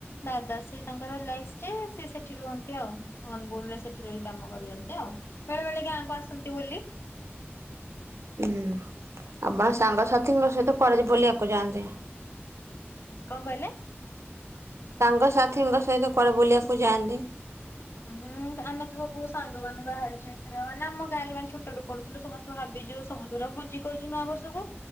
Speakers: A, on the left; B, on the right.
A: ଦାଦା ସି ତାଙ୍କର ଏଲାଇସ ଯେ ସେ ସେଠି ରୁହନ୍ତି ଆଉ ଅନୁଗୁଳରେ ସେଠି ରହି କାମ କରୁଛନ୍ତି ଆଉ। ବେଳେ ବେଳେ ଗାଁକୁ ଆସନ୍ତି ବୁଲି।
B: ହୁଁ ଆପଣ ସାଙ୍ଗସାଥିଙ୍କ ସହିତ କୁଆଡେ ବୁଲିବାକୁ ଯାଆନ୍ତି?
A: କଣ କହିଲେ?
B: ସାଙ୍ଗସାଥିଙ୍କ ସହିତ କୁଆଡେ ବୁଲିବାକୁ ଯାଆନ୍ତି?
A: ହୁଁ ଆମେ ତ ସବୁ ସାଙ୍ଗ ମାନେ ବାହାରିଚୁ ଏଇଥିର ନା ଆମ ଗାଁରେ ମାନେ ଛୋଟ ରୁ ପଢ଼ୁଥିଲୁ ସମସ୍ତେ ଭାବିଛୁ ସବୁଥର ଭୁଜି କରୁଛୁ ନୂଆବର୍ଷକୁ